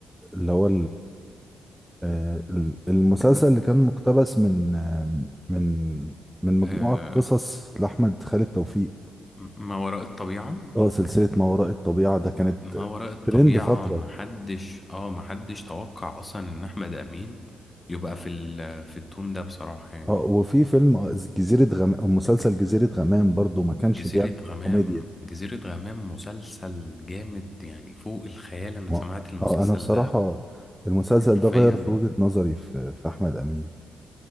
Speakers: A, in the centre; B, on the left (about 25°).
A: اللي هو آه، ال- المسلسل اللي كان مقتبس من آه، من من مجموعة
B: آه
A: قصص لأحمد خالد توفيق
B: ما وراء الطبيعة
A: اه سلسلة ما وراء الطبيعة ده كانت
B: ما وراء الطبيعة
A: ترند فترة
B: محدش اه محدش توقع أصلا إن أحمد أمين يبقى في ال- في التون ده بصراحة يعني
A: اه وفي فيلم آه، جزيرة غمام مسلسل جزيرة غمام برضو ما كانش
B: جزيرة
A: بيعمل
B: غمام
A: كوميديا
B: جزيرة غمام مسلسل جامد يعني فوق الخيال أنا
A: ما
B: سمعت المسلسل
A: اه أنا بصراحة
B: ده
A: المسلسل
B: حرفيا
A: ده غير في وجهة نظري في في أحمد أمين